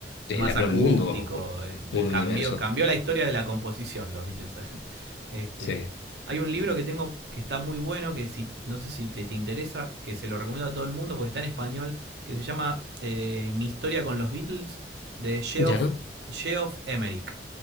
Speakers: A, on the right (about 75°); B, on the left (about 80°).
A: Es
B: Sí,
A: más
B: Le abrió
A: acústico,
B: el mundo,
A: eh,
B: un
A: cambió,
B: universo.
A: cambió la historia de la composición, los Beatles. <laughs> Este,
B: Sí.
A: hay un libro que tengo que está muy bueno, que si, no sé si te, te interesa, que se lo recomiendo a todo el mundo porque está en español, que se llama eh, Mi historia con los Beatles de Geoff,
B: ¿Ya?
A: Geoff Emerick.